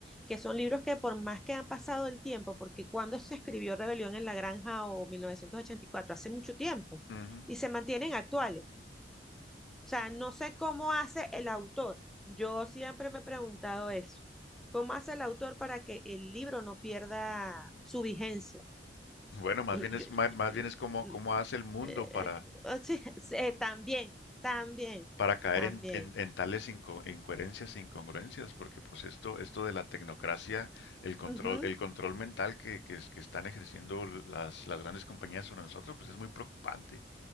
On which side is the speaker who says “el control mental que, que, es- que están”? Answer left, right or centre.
Left